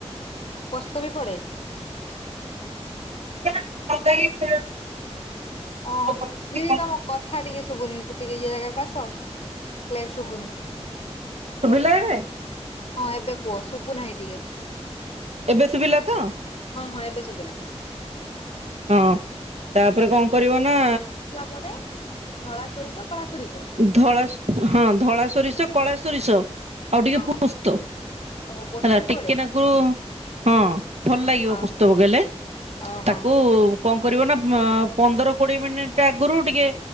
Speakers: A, on the left (about 60°); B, on the right (about 70°).
A: ପୋସ୍ତ ବି ପଡ଼େ।
B: ହଁ ପକେଇଲେ ଭଲ ଲାଗେ ଖାଇବାକୁ। ପୋସ୍ତ
A: ଅହ
B: ପକେଇକି
A: ଦିଦି
B: କଣ
A: ତମ କଥା ଟିକେ ଶୁଭୁନି ଗୋଟିକେ ଇଏ ଜାଗାକୁ ଆସ କ୍ଲିଅର୍ ଶୁବୁନି।
B: କରିବୁ ଶୁଭିଲା ଏବେ।
A: ହଁ ଏବେ କୁହ ଶୁଭୁ ନାହିଁ ଟିକେ।
B: ଏବେ ଶୁଭିଲା ତ।
A: ହଁ ହଁ ଏବେ ଶୁଭିଲା।
B: ହଁ ତାପରେ କଣ କରିବ ନା
A: କଣଟେ ଧଳା ସୋରିଷ କଳା ସୋରିଷ।
B: ଧଳା ହଁ ଧଳା ସୋରିଷ କଳା ସୋରିଷ। ଆଉ ଟିକେ
A: ହଁ
B: ପୁସ୍ତ
A: ଓହୋ ପୋସ୍ତ
B: ହେଲା
A: ବି
B: ଟିକେନାଗରୁ
A: ପଡେ
B: ହଁ ଭଲ ଲାଗିବ
A: ଓହୋ।
B: ପୁସ୍ତ ପକେଇଲେ
A: ଓହୋ
B: ତାକୁ କଣ କରିବ ନା ପନ୍ଦର କୋଡିଏ ମିନିଟ୍ ଆଗରୁ ଟିକେ